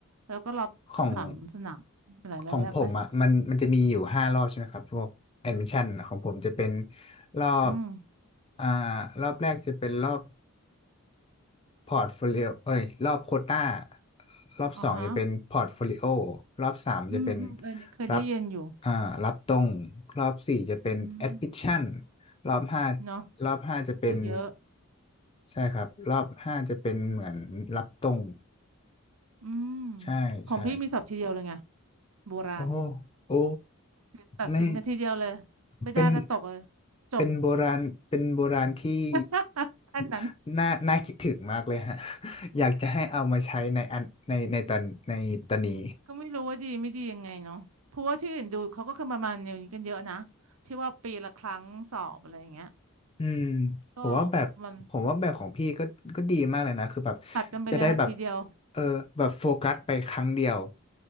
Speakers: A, on the right; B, on the left.
A: แล้วก็รับสนามสนามหลายหลายแบบไหม
B: ของของผมอ่ะมันมันจะมีอยู่ห้ารอบใช่ไหมครับพวกแอดมิชชั่นของผมจะเป็นรอบ
A: อืม
B: อ่ารอบแรกจะเป็นรอบ พอร์ตโฟลิโอเอ้ยรอบโควต้ารอบสองจะเป็นพอร์ตโฟลิโอ
A: อ๋อฮะ
B: รอบสามจะเป็น
A: อืมอืมเออเนี่ยเคยได้ยินอยู่
B: รับอ่ารับตรง รอบสี่จะเป็นแอดมิชชั่น
A: อืม
B: รอบห้า
A: เนาะ
B: รอบห้าจะเป็น
A: เออเยอะ
B: ใช่ครับ รอบห้าจะเป็นเหมือนรับตรง
A: อืม
B: ใช่ใช่
A: ของพี่มีศัพท์ทีเดียวเลยไงโบราณ
B: โอ้โโอ้
A: คือตัดสินกันทีเดียวเลย
B: ไม่
A: ไม่ได้ก็ตกเลย
B: เป็น
A: จบ
B: เป็นโบราณเป็นโบราณที่
A: <laughs> ขั้นนั้น
B: <laughs> น่าน่าคิดถึงมากเลยฮะ <laughs> อยากจะให้เอามาใช้ในอันในในตอนในตอนนี้
A: ก็ไม่รู้ว่าดีไม่ดียังไงเนาะเพราะว่าที่อื่นดูเขาก็คือประมาณอย่างนี้กันเยอะนะที่ว่าปีละครั้งสอบอะไรอย่างเงี้ย
B: อืม
A: ก็
B: ผมว่าแบบผมว่าแบบของพี่ก็ก็ดีมากเลยนะคือแบบ
A: มันตัดกันไปเลยค่ะทีเดียว
B: จะได้แบบเออแบบโฟกัสไปครั้งเดียว